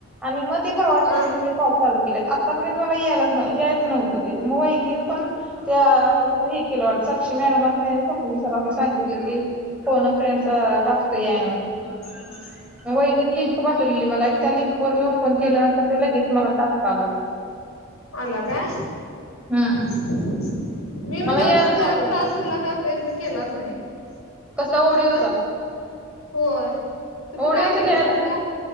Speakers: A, in the centre; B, on the left (about 75°).
A: आणि मग ते परवाशीपासून
B: हा
A: मी कॉल चालू केले आतापर्यंत मला यायलाच यायच नव्हतं ते मग वहिणी पण त्या हे केलं वाटत साक्षी मॅडमास्नी आणि स्वप्नील सरास्नी सांगितलं की फोन अ फ्रेंडचा टास्क यायला नाही म्हणून
B: <unintelligible>
A: वहिनी नी लिंक पाठवलेली मला त्या लिंक वर मी ओपन केल्यानंतर ते लगेच मला टास्क आला
B: आला काय
A: हम्म
B: मी म्हणजे
A: मला यायलाच
B: अजून ते
A: नव्हतं
B: टास्क कला काय प्रयत्न केलाच नाही
A: कसला
B: फक्त
A: ओडिओचा
B: होय तुम्ही
A: ओडिओच
B: काय केलंसा
A: लिहायला
B: त्याला?